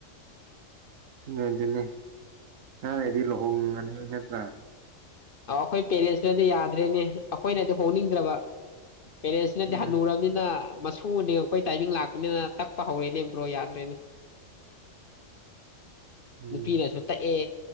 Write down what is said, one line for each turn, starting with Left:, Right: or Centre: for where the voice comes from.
Right: ꯎꯝꯇ ꯑ ꯑꯦꯗꯤ ꯂꯍꯣꯡ ꯑꯥ
Left: ꯑ ꯑꯩꯈꯣꯏ ꯄꯦꯔꯦꯟꯁꯅꯗꯤ ꯌꯥꯗ꯭ꯔꯦꯅꯦ ꯑꯩꯈꯣꯏꯅꯗꯤ ꯍꯧꯣꯡꯅꯤꯡꯗ꯭ꯔꯕ ꯄꯦꯔꯦꯟꯁꯅꯗꯤ
Right: ꯎꯝ
Left: ꯍꯥꯟꯟꯅꯨꯔꯕꯅꯤꯅ ꯃꯁꯨꯡ ꯅꯤꯡꯉꯛꯄꯩ ꯇꯥꯏꯃꯤꯡ ꯂꯥꯛꯄꯅꯤꯅ ꯇꯛꯄ ꯍꯧꯔꯦꯅꯦꯕ꯭ꯔꯣ ꯌꯥꯗ꯭ꯔꯦꯅꯦ
Right: ꯎꯝ
Left: ꯅꯨꯄꯤꯤꯅꯦ ꯁꯠꯇ ꯑꯦ